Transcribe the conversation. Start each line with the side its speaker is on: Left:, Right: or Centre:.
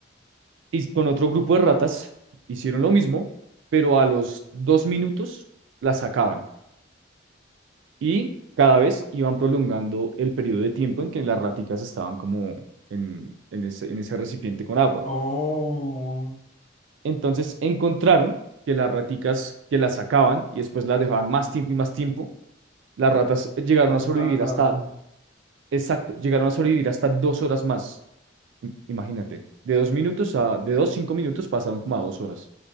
Right: y con otro grupo de ratas hicieron lo mismo, pero a los dos minutos las sacaban y cada vez iban prolongando el periodo de tiempo en que las raticas estaban como en, en ese, en ese recipiente con agua.
Left: Oh,
Right: Entonces encontraron que las raticas que las sacaban y después las dejaban más tiempo y más tiempo, las ratas llegaron
Left: te esforzaban
Right: a sobrevivir
Left: más.
Right: hasta, exacto, llegaron a sobrevivir hasta dos horas más. I- Imagínate, de dos minutos a, de dos, cinco minutos pasaron como a dos horas